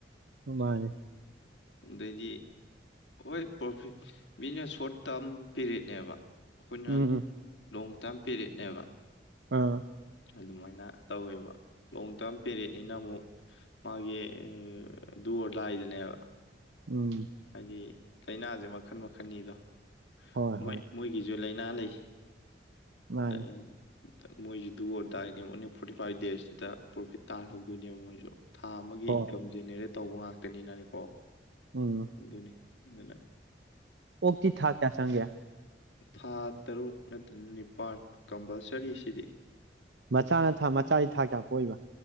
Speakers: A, on the right; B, on the left.
A: ꯃꯥꯅꯦ
B: ꯑꯗꯩꯗꯤ ꯍꯣꯏ ꯄ꯭ꯔꯣꯐꯤꯠ ꯃꯤꯅ ꯁꯣꯔꯠ ꯇꯥꯔꯝ ꯄꯦꯔꯦꯠꯅꯦꯕ ꯑꯩꯈꯣꯏ ꯅ
A: ꯎꯝ
B: ꯂꯣꯡ ꯇꯥꯔꯝ ꯄꯦꯔꯤꯠꯅꯦꯕ
A: ꯑ
B: ꯑꯗꯨꯃꯥꯏꯅ ꯇꯧꯋꯦꯕ ꯂꯣꯡ ꯇꯔꯝ ꯄꯦꯔꯠꯅꯤꯅ ꯑꯃꯨꯛ ꯃꯥꯒꯤ ꯗꯔꯗꯥꯏꯗꯅꯦꯕ
A: ꯎꯝ
B: ꯍꯥꯏꯗꯤ ꯂꯥꯏꯅꯥꯁꯦ ꯃꯈꯟ ꯃꯈꯟꯅꯤꯗꯣ
A: ꯍꯣꯏ
B: ꯃꯣꯏ
A: ꯍꯣꯏ
B: ꯃꯣꯏ ꯖ ꯂꯥꯏꯅꯥ ꯂꯩ
A: ꯃꯥꯅꯤ
B: ꯑ ꯃꯣꯏꯁꯨ ꯗꯨ ꯑꯣꯗꯥꯏꯅꯦ ꯑꯣꯟꯂꯤ ꯐꯣꯔꯇꯤ ꯐꯥꯏꯚ ꯗꯦꯖꯇꯨꯗ ꯄ꯭ꯔꯣꯐꯤꯠ ꯇꯥꯍꯜꯍꯧꯗꯣꯏꯅꯦꯕ ꯃꯣꯏꯁꯨ ꯊꯥ ꯑꯃꯒꯤ
A: ꯍꯣꯏ
B: ꯏꯟꯀꯝ ꯖꯦꯅꯦꯔꯦꯠ ꯇꯧꯕ ꯉꯥꯛꯇꯅꯤꯅꯅꯦꯀꯣ
A: ꯎꯝ
B: ꯅꯤ ꯃꯖꯂꯦ <unintelligible> <inaudible>
A: ꯑꯣꯛꯇꯤ ꯊꯥ ꯀꯌꯥ ꯆꯪꯒꯦ
B: ꯊꯥ ꯇꯔꯨꯛ ꯅꯠꯇ꯭ꯔꯒ ꯅꯤꯄꯥꯜ ꯀꯝꯄꯜꯁꯔꯤꯁꯤꯗꯤ
A: ꯃꯆꯥꯅ ꯊꯥ ꯃꯆꯥꯗꯤ ꯊꯥ ꯀꯌꯥ ꯄꯣꯛꯏꯕ